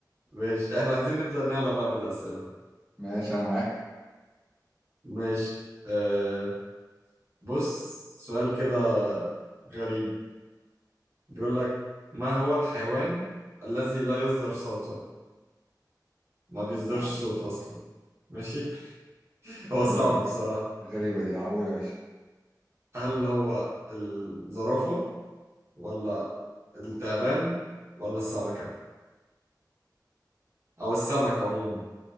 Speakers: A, on the right (about 40°); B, in the centre.
A: ماشي إحنا عايزين نبدأ نعلى بقى بالأسئلة
B: ماشي أنا معاك.
A: ماشي أه بص سؤال كده غريب بيقول لك ما هو الحيوان الذي لا يصدر صوتا ما بيصدرش
B: اه
A: صوت أصلا ماشي <laughs>
B: غريبة
A: هو صعب
B: دي
A: بصراحة
B: غريبة دي اه قول يا باشا.
A: هل هو الزرافة ولا التعبان ولا السمكة أو السمك عموما